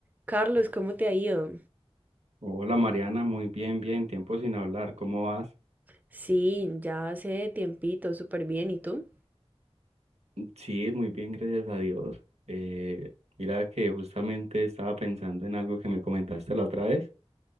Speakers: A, on the right (about 15°); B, on the right (about 80°).
A: Carlos, ¿cómo te ha ido?
B: Hola Mariana, muy bien, bien, tiempo sin hablar, ¿cómo vas?
A: Sí, ya hace tiempito, súper bien. ¿Y tú?
B: Sí, muy bien, gracias a Dios. Eh, mira que justamente estaba pensando en algo que me comentaste la otra vez